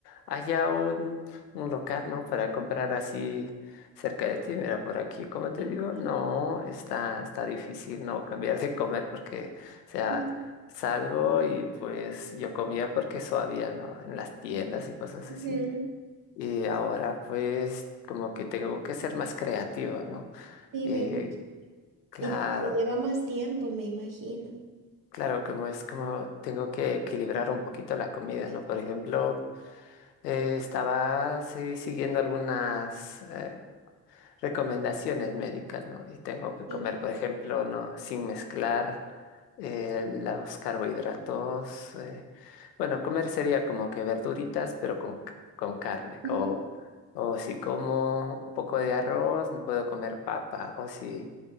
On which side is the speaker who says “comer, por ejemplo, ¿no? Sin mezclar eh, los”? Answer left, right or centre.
Left